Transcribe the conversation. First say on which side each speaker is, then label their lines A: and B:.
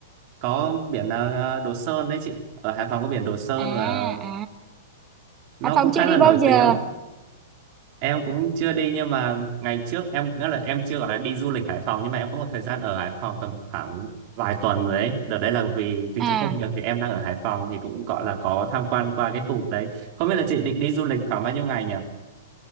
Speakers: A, on the right; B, on the right.
A: có biển là Đồ Sơn đấy chị. Ở Hải Phòng có biển Đồ Sơn
B: À,
A: và
B: à,
A: nó
B: Hải Phòng
A: cũng khá
B: chưa đi
A: là nổi
B: bao giờ.
A: tiếng. em cũng chưa đi nhưng mà ngày trước em nghĩa là em chưa gọi là đi du lịch Hải Phòng nhưng mà em có một thời gian ở Hải Phòng tầm khoảng vài tuần rồi ấy đợt đấy là vì tính
B: À,
A: chất công việc thì em đang ở Hải Phòng thì cũng gọi là có tham quan qua cái khu vực đấy không biết là chị định đi du lịch khoảng bao nhiêu ngày nhỉ